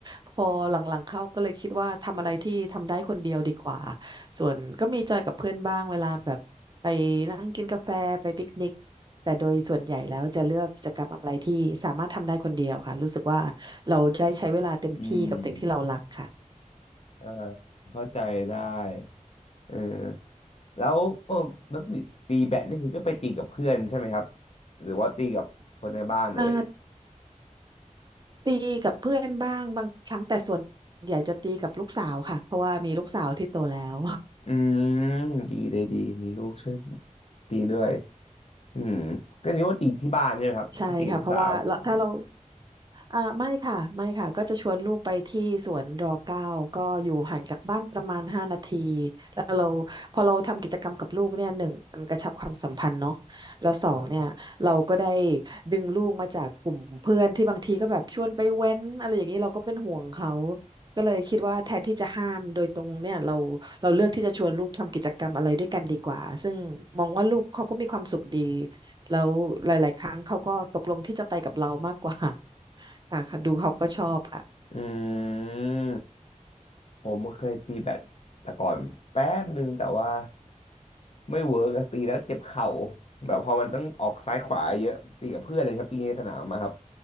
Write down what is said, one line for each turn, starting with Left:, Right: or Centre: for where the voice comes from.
Right: พอหลังๆเข้าก็เลยคิดว่าทำอะไรที่ทำได้คนเดียวดีกว่า ส่วนก็มีจอยกับเพื่อนบ้างเวลาแบบไปนั่งกินกาแฟไปปิกนิกแต่โดยส่วนใหญ่แล้วจะเลือกกิจกรรมอะไรที่สามารถทำได้คนเดียวค่ะรู้สึกว่าเราได้ใช้เวลาเต็มที่กับสิ่งที่เรารักค่ะ
Left: อืมอ่าเข้าใจได้เออ แล้วเออแล้วตีแบดนี่คือก็ไปตีกับเพื่อนใช่ไหมครับหรือว่าตีกับคนในบ้านเอ่ย
Right: อ่าตีกับเพื่อนบ้างบางครั้งแต่ส่วนใหญ่จะตีกับลูกสาวค่ะเพราะว่ามีลูกสาวที่โตแล้ว
Left: อืมดีเลยดีมีลูกช่วยตีด้วยอืมก็นึกว่าตีที่บ้านใช่ไหมครับถ้าตีลูกสาวอืม
Right: <laughs> ใช่ค่ะเพราะว่าเราถ้าเรา อ่าไม่ค่ะไม่ค่ะก็จะชวนลูกไปที่สวนรอเก้าก็อยู่ห่างจากบ้านประมาณห้านาทีแล้วเราพอเราทำกิจกรรมกับลูกเนี่ยหนึ่งมันกระชับความสัมพันธ์เนาะแล้วสองเนี่ยเราก็ได้
Left: เออ
Right: ดึงลูกมาจากกลุ่มเพื่อนที่บางทีก็แบบชวนไปเว้นอะไรอย่างนี้เราก็เป็นห่วงเขาก็เลยคิดว่าแทนที่จะห้ามโดยตรงเนี่ยเราเราเลือกที่จะชวนลูกทำกิจกรรมอะไรด้วยกันดีกว่าซึ่งมองว่าลูกเขาก็มีความสุขดีแล้วหลายๆครั้งเขาก็ตกลงที่จะไปกับเรามากกว่า ค่ะค่ะดูเขาก็ชอบค่ะ
Left: อืมผมเคยตีแบดแต่ก่อนแป๊บนึงแต่ว่า ไม่เวิร์กอะตีแล้วเจ็บเข่าแบบพอมันต้องออกซ้ายขวาเยอะตีกับเพื่อนเลยครับตีในสนามอะครับ